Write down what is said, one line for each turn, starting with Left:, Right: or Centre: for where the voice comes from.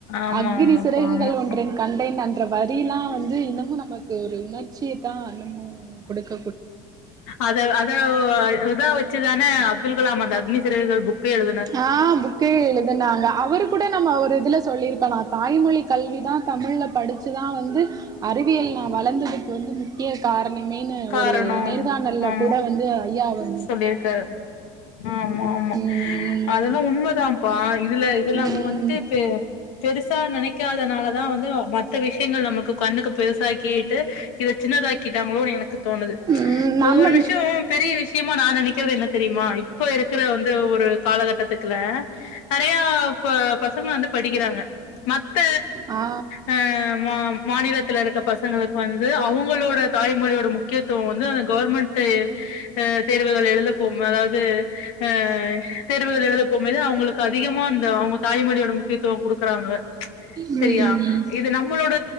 Left: ஆமா
Right: அக்கினி
Left: ஆமாப்பா
Right: சிறகுகள்
Left: ஆமா
Right: ஒன்றின் கண்டேன் அன்ற வரியில் தா வந்து இன்னமு நமக்கு ஒரு உணர்ச்சியத்தா இன்னமு கொடுக்க
Left: அத அத இதா வெச்சிதானே அப்துல் கலாம் அந்த அக்னி சிறகுகள் புக்கே எழுத்
Right: ஆ புக்கே எழுதுனாங்க அவரு கூட நம்ம ஒரு இதுல சொல்லிருப்பாரா தாய்மொழிக் கல்விதா தமிழ்ல படிச்சிதா வந்து அறிவியல் நா வளர்ந்ததுக்கு வந்து முக்கிய கார் ணமேன்னு
Left: காரணோ
Right: ஒரு நேர்காணல்ல
Left: ஆமா
Right: கூட வந்து ஐயா அவர்
Left: சொல்லியிருக்காரு ஆமா ஆமா
Right: ம்
Left: அதெல்லா உண்மதாப்பா இதுல இதெல்லா
Right: ம்
Left: நம்ம வந்துட்டு பே பேருசா நெனைக்காதனாலத் தா வந்து மத்த விஷயங்கள் நமக்கு கண்ணுக்கு பெருசாக்கிட்டு இத சின்னதாக்கிட்டாங்ளோ எனக் கு தோணுது
Right: ம் நம்ம
Left: ஒவ்வொரு விஷயோ பெரிய விஷயமா நா நெனைக்கறது என்ன தெரியுமா இப்ப இருக்குற வந் து ஒரு காலகட்டத்துக்குல நெறையா ப பசங்க வந்து படிக்கிறாங்க மத்த
Right: ஆ
Left: அ மா மாநிலத் துல இருக்க பசங்களுக்கு வந்து அவுங்களோட தாய்மொழியோட முக்கியத்துவோ வந்து அந்த கவுர்மெண்ட்டே அ தேர்வுகள் எழுதப்போ அதாவது அ தேர்வுகள் எழுதப்போமோது அவுங்களுக்கு அதிகமான் இந்த அவுங்க தாய்மொழியோட முக்கியத்துவோ குடுக்குறாங்க
Right: ம்
Left: சரியா இது நம்மளோட